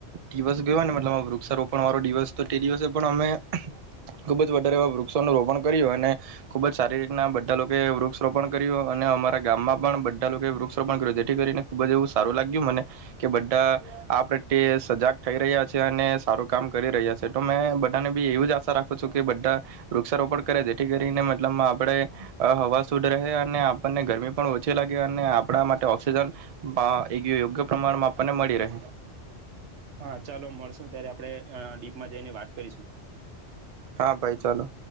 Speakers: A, on the right (about 55°); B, on the right (about 75°).
A: દિવસ ગયોને મતલબ વૃક્ષારોપણ વાળો દિવસ તો તે દિવસે પણ અમે ખુબ જ વધારે એવા વૃક્ષોનું રોપણ કર્યું અને ખુબ જ સારી રીતના બધા લોકો વૃક્ષ રોપણ કર્યું અને અમારા ગામમાં પણ વૃક્ષોપણ કર્યું જેથી કરીને ખુબ જ એવું સારું લાગ્યું મને કે બધા આ પ્રત્યે સજાગ થઈ રહ્યા છે અને સારું કામ કરી રહ્યા છે તો મે બધાને બી એવી જ આશા રાખું છું કે બધા વૃક્ષારોપણ કરે જેથી કરીને મતલબ આપણે હવા શુદ્ રહે અને આપણને ગરમી પણ ઓછી લાગી અને આપણા માટે ઓક્સિજન યોગ્ય પ્રમાણમાં આપણને મળી રહે
B: હા ચાલો મળશું ત્યારે આપડે માં જઈને વાત કરીશું
A: હા ભાઈ ચાલો